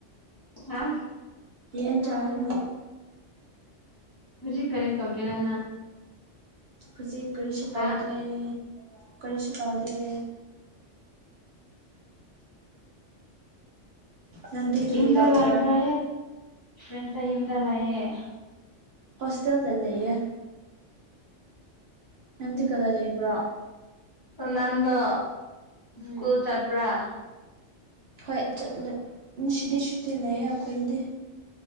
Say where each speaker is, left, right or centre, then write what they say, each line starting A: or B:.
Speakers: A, on the left; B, on the right.
A: ꯍꯥ
B: ꯌꯦꯟ ꯆꯥꯔꯅꯤ
A: ꯍꯧꯖꯤꯛ ꯀꯔꯤ ꯇꯧꯒꯦꯔꯅ
B: ꯍꯧꯖꯤꯛ ꯀꯔꯤꯁꯨ
A: ꯍꯥ
B: ꯇꯧꯗꯣꯏ ꯀꯔꯤꯁꯨ ꯇꯧꯗꯦ ꯅꯪꯗꯤ ꯀꯔꯤ
A: ꯌꯨꯝꯗ
B: ꯇꯧꯒꯦꯔꯥ
A: ꯂꯥꯛꯕ꯭ꯔ ꯐ꯭ꯔꯦꯟꯁꯇ ꯌꯨꯝꯗ ꯂꯥꯛꯑꯦ
B: ꯍꯣꯁꯇꯦꯜꯗ ꯂꯩꯌꯦ ꯅꯪꯗꯤ ꯀꯗꯥꯏ ꯂꯩꯕ꯭ꯔꯣ
A: ꯑꫭꯅꯟꯗꯣ
B: ꯎꯝ
A: ꯁ꯭ꯀꯨꯜ ꯆꯠꯄ꯭ꯔꯥ꯫
B: ꯍꯣꯏ ꯆꯠꯂꯦ ꯉꯁꯤꯗꯤ ꯁꯨꯇꯤ ꯂꯩꯌꯦ ꯑꯩꯈꯣꯏꯗꯤ꯫